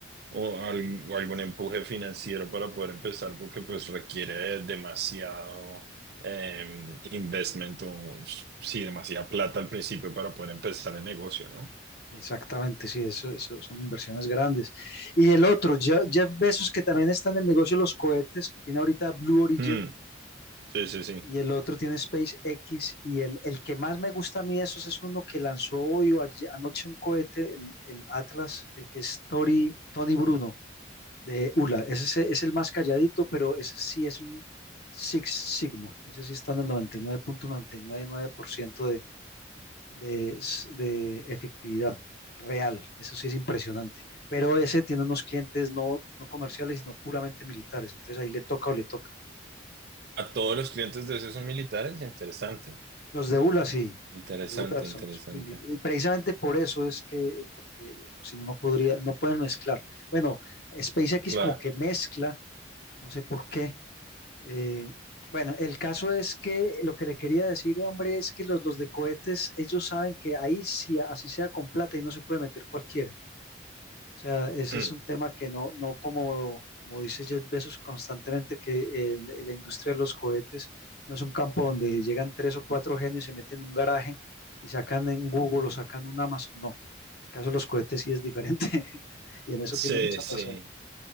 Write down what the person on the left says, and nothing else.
Exactamente, sí, eso, eso son inversiones grandes. Y el otro, Je- Jeff Bezos, que también está en el negocio de los cohetes, que tiene ahorita Blue Origin,
y el otro tiene SpaceX, y el, el que más me gusta a mí de esos es uno que lanzó hoy o ayer- anoche un cohete, el, el Atlas, el que es Tori- Tony Bruno. de Ula. Ese es, es el más calladito, pero ese sí es un Six Sigma. Ese sí está en el noventa noventa y y nueve nueve punto noventa y nueve por ciento de, de, s- de efectividad real. Eso sí es impresionante. Pero ese tiene unos clientes no, no comerciales, sino puramente militares. Entonces ahí le toca o le toca.
Los de ULA sí.
Los de ULA son,
son mili- Y precisamente por eso es que, porque, o si no, no podría, no pueden mezclar. Bueno, SpaceX
como que mezcla, no sé por qué, Eh, bueno, el caso es que lo que le quería decir, hombre, es que los, los de cohetes, ellos saben que ahí sí, así sea con plata y no se puede meter cualquiera. O sea, ese
es un tema que no, no como, como dice Jeff Bezos constantemente, que el- la industria de los cohetes no es un campo donde llegan tres o cuatro genios, se meten en un garaje y sacan en Google o sacan un Amazon. No, el caso de los cohetes sí es diferente <laughs> y en eso
tiene mucha
razón.